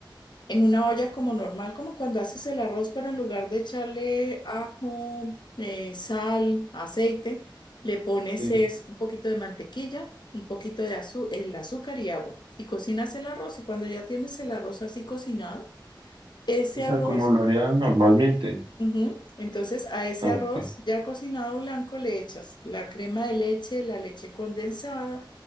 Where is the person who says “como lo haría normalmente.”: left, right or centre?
Right